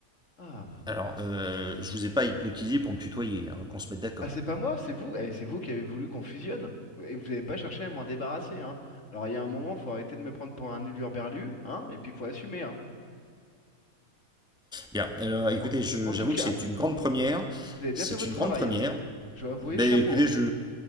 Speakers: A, on the left; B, in the centre.
A: Ah,
B: alors, euh, je vous ai pas hypnotisé pour me tutoyer, hein, qu'on se mette d'accord.
A: ah c'est pas moi, c'est vous, eh, c'est vous qui avez voulu qu'on fusionne, et vous n'avez pas cherché à m'en débarrasser, hein. Alors il y a un moment, faut arrêter de me prendre pour un hurluberlu, hein, et puis faut assumer, hein.
B: Bien, alors, écoutez,
A: En,
B: je-
A: en
B: j'avoue
A: tout cas,
B: que c'est une grande première.
A: vous avez bien
B: C'est
A: fait votre
B: une grande
A: travail,
B: première.
A: hein. Je dois avouer,
B: Ben
A: chapeau.
B: écoutez,
A: hein.
B: je,